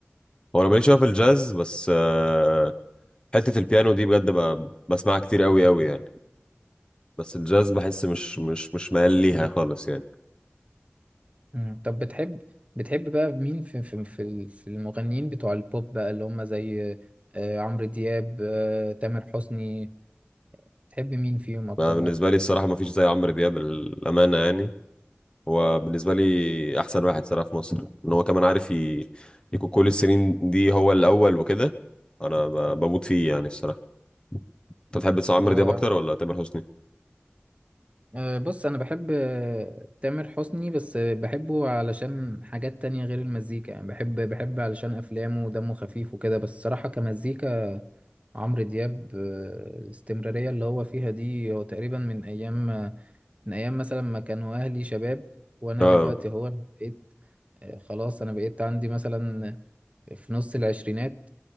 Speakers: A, on the left; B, on the right.
A: هو انا ماليش قوي في الجاز بس آه، حتة البيانو دي بجد ب- بسمعها كتير قوي قوي يعني بس الجاز بحس مش مش مش ميال ليها خالص يعني
B: مم. طب بتحب بتحب بقى مين في في في ال- في المغنيين بتوع البوب بقى اللي هم زي آه، عمرو دياب آه، تامر حسني بتحب مين فيهم اكتر
A: ما بالنسبة
B: واحد
A: لي الصراحة ما فيش زي عمرو دياب الأمانة يعني هو بالنسبة لي أحسن واحد صراحة في مصر إن هو كمان عارف ي- يكون كل السنين دي هو الأول وكده أنا ب- بموت فيه يعني الصراحة أنت بتحب تسمع عمرو
B: هو
A: دياب أكتر ولا تامر حسني؟
B: آه، بص انا بحب آه، تامر حسني بس آه، بحبه علشان حاجات تانية غير المزيكا يعني بحب بحب علشان افلامه ودمه خفيف وكده بس صراحة كمزيكا عمرو دياب آه، الاستمرارية اللي هو فيها دي هو تقريبا من ايام آه، من ايام مثلا ما كانوا اهلي شباب وانا
A: آه.
B: دلوقتي هو بقيت آه، خلاص انا بقيت عندي مثلا في نص العشرينات